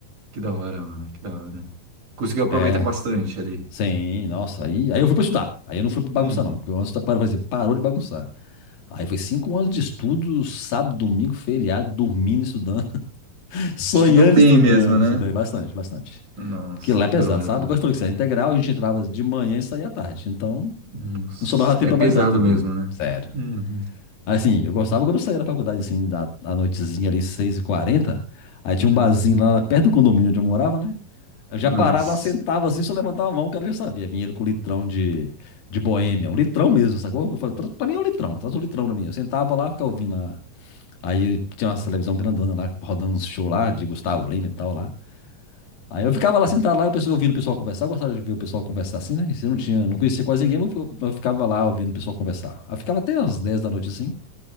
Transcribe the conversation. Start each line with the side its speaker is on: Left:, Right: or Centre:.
Right: Que da hora, mano. Que da hora. Conseguiu aproveitar
Left: É,
Right: bastante ali.
Left: sim, nossa, aí, aí eu fui para estudar, aí eu não fui pra bagunçar
Right: Uhum.
Left: não, porque eu antes, para dizer, parou de bagunçar. Aí foi cinco anos de estudo, sábado, domingo, feriado, dormindo, estudando, <laughs> sonhando,
Right: Estudou bem
Left: estudando,
Right: mesmo, né?
Left: estudei bastante, bastante.
Right: Nossa,
Left: Porque lá
Right: que
Left: é pesado,
Right: da hora,
Left: sabe?
Right: mano.
Left: Porque eu falei que isso era integral, a gente entrava de manhã e saía à tarde, então
Right: Nossa,
Left: não sobrava tempo
Right: É
Left: pra
Right: pesado
Left: mais nada também,
Right: mesmo, né?
Left: sério.
Right: Uhum.
Left: Assim, eu gostava quando eu saía da faculdade, assim, da, da noitezinha ali, seis e quarenta Aí tinha
Right: Uhum.
Left: um barzinho lá na- perto do condomínio onde eu morava, né? Eu já
Right: Nossa,
Left: parava lá, sentava assim, só levantava a mão, o cara já sabia. Vinha ele com litrão de, de boêmia, um litrão mesmo, sacou? Eu falei, "Tra- pra mim é um litrão, traz um litrão pra mim. Eu sentava lá, ficava ouvindo lá. Aí tinha uma televisão grandona lá, rodando uns shows lá, de Gustavo Lima e tal lá. Aí eu ficava lá sentado lá, eu pessoa- ouvindo o pessoal conversar. Eu gostava de ver o pessoal conversar assim, né? E Se eu não tinha, não conhecia quase ninguém, mas eu eu ficava lá ouvindo o pessoal conversar. Aí ficava até às 10 da noite assim.